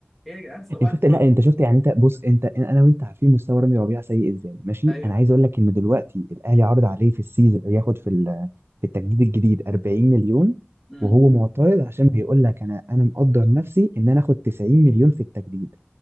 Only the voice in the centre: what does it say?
ايه يا جدعان صباح
الفل
ايوه
امم